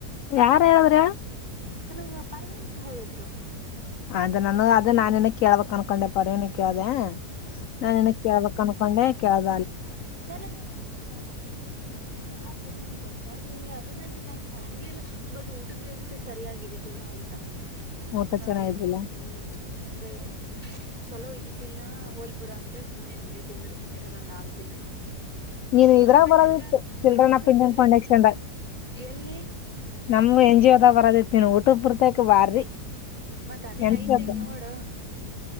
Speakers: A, on the left; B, on the right.
A: ಯಾರ ಹೇಳದ್ರ ಹೇಳು
B: ನನಗ ಪರವೀನ್ಗೆ ಹೇಳಿದ್ರು
A: ಅದ ನಾನು ಅದ ನಾನ ಇನ ಕೇಳ್ಬೇಕಕ್ ಅನ್ಕೊಂಡೆ ಪರ್ವನ ಕೇಳ್ದ ನಾಿನ ಕೇಳ್ಬಕ್ ಅನ್ಕೊಂಡೆ ಕೇಳ್ಬೇಕ
B: ನಾನು ಹ ಅಸ ನಾನು ಗ ಗೊತ್ತಾಗಗ್ಲಿಲ್ಲ ಅದೇ ನಾನ ಇಿಲ್ಲ ಅಷ್ಟ ನನ್ಗೆ ಇಲ್ಲ ಬಟ್ ಊಟದ ವ್ಯವಸ್ಥೆ ಸರಿಯಾಗಿರಿದ್ದಿಲ್ಲ ಊಟ
A: ಊಟ
B: ಹ್ಮ
A: ಚೆನ್ನಾಗಿದ್ದಿಲ್ಲ
B: ಅಂದ್ರೆ ಚಲೋ ಇದಿದ್ದಿಲ್ಲ ಹೋಲ್ ಬಿಡು ಅಂತೇಳಿ ಸುಮ್ನೆ ಹಂಗೆ ತಿಂದ್ರು ಇರದ ಒಂದು ನಾಕ್ ದಿನ
A: ನೀನ್ ಇದ್ರಾಗ
B: ಬಟ್
A: ಬರೋದಿತ್ತು
B: ಎಲ್ಲಾ
A: ಚಿಲ್ರನಾ
B: ರೂಮ್ ಫೆಸಿಲಿಟಿ
A: ಪಿಂಡನ್್ ಫೌಂಡೇಶನ್
B: ಎಲ್ಲಿ
A: ನಮ ಎನ್ ಜಿ ಒದಾಗ ಬರದಿತಿಿನ ಊಟು ಬರ್ತಕ್ ಬಾರ್ರಿ
B: ಮತ್ತತ್ ಅದೇ
A: ನೆನ್ಸ್ಬೇಕ
B: ಐತೆನ್ ನೋಡು